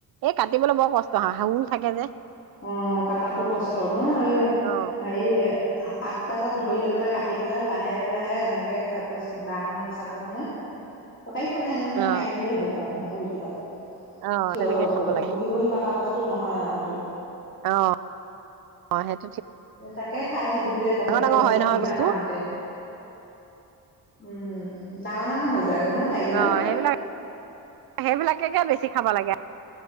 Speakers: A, on the right; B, on the left.
A: এই কাটিবলৈ বৰ কষ্ট হয়, শাওন থাকে যে।
B: অ, কাটাটো কষ্ট ন? এই
A: অ
B: হেৰি আ আগ কদালত ধৰি লৈ পেলাই কাটি পেলাই লাহে-লাহে এনেকে আকৌ দাখন চাকুখনত কটাৰিখনে এনেকে-এনেকে
A: অ
B: মাৰি দিলেই হ'ল আৰু। <unintelligible>
A: অ
B: থিয়
A: তেনেকে
B: হৈ,
A: খাব
B: হৈ,
A: লাগে
B: বহি-বহি কটা বস্তু নহয় আৰু সেইটো।
A: অ', অ', সেই
B: তাকে খাই থাকিবি দে, তহঁতৰ
A: ডাঙৰ
B: ওচৰ
A: হয়
B: সুবিধা
A: নহয় বস্তু
B: পাওতে। উম, ডাঙৰ-ডাঙৰ হৈ যায় ন ঠাৰিকেইডাল
A: অ সেইবিলাক সেইবিলাকেকে বেছি খাব লাগে